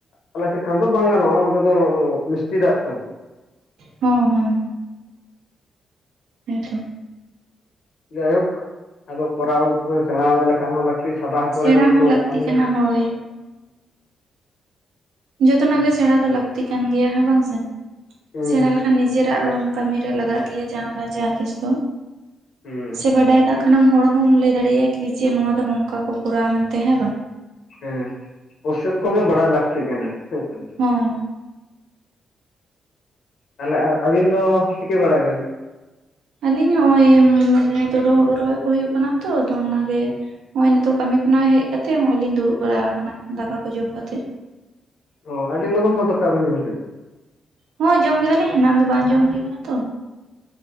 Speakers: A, on the left (about 65°); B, on the right (about 85°).
A: ᱟᱞᱮ ᱥᱮᱫ ᱠᱷᱟᱱ ᱫᱚ ᱵᱟᱝ ᱜᱟᱱᱚᱜᱼᱟ ᱚᱱᱛᱮ ᱫᱚ ᱢᱤᱥᱴᱤ ᱫᱟᱜ ᱛᱚ᱾
B: ᱦᱩᱸ ᱦᱚᱸ ᱦᱮᱸ ᱛᱚ
A: ᱡᱟᱭ ᱦᱳᱠ ᱟᱫᱚ ᱠᱚᱨᱟᱣ ᱠᱚ ᱥᱮᱬᱟ ᱾ ᱠᱟᱱ ᱦᱚᱸ ᱞᱟᱹᱠᱛᱤ ᱥᱟᱫᱟ ᱠᱚᱨᱮ
B: ᱥᱮᱬᱟ
A: ᱦᱚᱞᱮ
B: ᱦᱚᱸ
A: ᱛᱚ
B: ᱞᱟᱹᱠᱛᱤ
A: ᱠᱟᱹᱢᱤ
B: ᱠᱟᱱᱟ
A: ᱜᱟᱱᱚᱜ᱾
B: ᱦᱳᱭ ᱡᱚᱛᱚᱱᱟᱜ ᱜᱮ ᱥᱮᱬᱟ ᱫᱚ ᱞᱟᱹᱠᱛᱤ ᱠᱟᱱ ᱜᱮᱭᱟ ᱦᱮᱸ ᱵᱟᱝ ᱥᱮ
A: ᱦᱩᱸ
B: ᱥᱮᱬᱟ ᱞᱮᱠᱷᱟᱱ ᱱᱤᱡᱮᱨ᱾ ᱮᱴᱟᱜ ᱠᱟᱹᱢᱤ ᱨᱮ ᱞᱟᱜᱟᱜ ᱜᱮᱭᱟ ᱡᱟᱦᱟᱸ ᱵᱟᱝ ᱡᱟᱦᱟᱸ ᱛᱤᱥ ᱫᱚ
A: ᱦᱩᱸ
B: ᱥᱮ ᱵᱟᱰᱟᱭ ᱠᱟᱜ᱾ ᱠᱷᱟᱱᱮᱢ ᱦᱚᱲ ᱦᱚᱸᱢ ᱞᱟᱹᱭ ᱫᱟᱲᱮᱭᱟᱭᱟ ᱠᱤ ᱡᱮ ᱱᱚᱣᱟ ᱫᱚ ᱱᱚᱝᱠᱟ ᱠᱚ ᱠᱚᱨᱟᱣᱟ ᱢᱮᱱᱛᱮ ᱦᱮᱸ ᱵᱟᱝ᱾
A: ᱦᱮᱸ ᱯᱨᱚᱥᱮᱥ ᱠᱚ ᱜᱮ ᱵᱟᱰᱟᱭ ᱞᱟᱹᱠᱛᱤ ᱠᱟᱱᱟ ᱦᱮᱸ ᱥᱮ᱾
B: ᱦᱚᱸ
A: ᱛᱟᱦᱞᱮ ᱟᱨ ᱟᱵᱤᱱ ᱫᱚ ᱪᱤᱠᱟᱹ ᱵᱟᱰᱟᱭ ᱫᱟᱵᱤᱱ᱾
B: ᱟᱹᱞᱤᱧ ᱱᱚᱜᱼᱚᱭ ᱱᱤᱛᱚᱜ ᱫᱚ ᱦᱩᱲᱩ ᱨᱚᱦᱚᱭ ᱠᱚ ᱦᱩᱭᱩᱜ ᱠᱟᱱᱟ ᱛᱚ ᱟᱫᱚ ᱚᱱᱟ ᱜᱮ᱾ ᱱᱚᱜᱼᱚᱭ ᱱᱤᱛᱚᱜ ᱠᱟᱹᱢᱤ ᱠᱷᱚᱱᱟᱜ ᱦᱮᱡ ᱠᱟᱛᱮ ᱱᱚᱜᱚᱭ ᱞᱤᱧ ᱫᱩᱲᱩᱵ ᱵᱟᱲᱟ ᱟᱠᱟᱱᱟ ᱫᱟᱠᱟ ᱠᱚ ᱡᱚᱢ ᱠᱟᱛᱮ᱾
A: ᱚ ᱟᱹᱰᱤ ᱞᱚᱜᱚᱱ ᱫᱚ ᱫᱟᱠᱟ ᱵᱤᱱ ᱡᱚᱢ ᱠᱮ᱾
B: ᱦᱚᱸ ᱡᱚᱢ ᱠᱮᱫᱟᱞᱤᱧ᱾ ᱮᱱᱟᱝ ᱫᱚ ᱵᱟᱝ ᱡᱚᱢ ᱦᱩᱭ ᱠᱟᱱᱟ ᱛᱚ᱾